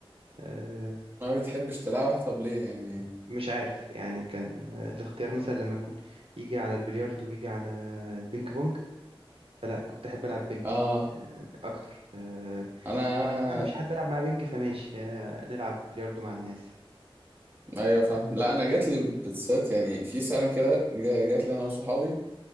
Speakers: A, on the right; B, on the right.
A: آه،
B: ما بتحبش تلعبها طب ليه يعني
A: مش عارف يعني كان آه، الاختيار مثلا لما يكون يجي على البلياردو ويجي على البينج بونج فلا كنت أحب ألعب بينج
B: اه
A: آه، أكتر آه،
B: انا
A: خلاص بقى مفيش حد ألعب مع بينج فماشي آه، نلعب بلياردو مع الناس
B: ايوه فاهم لا انا جات لي بالذات يعني في سنة كده جا- جات لي انا وصحابي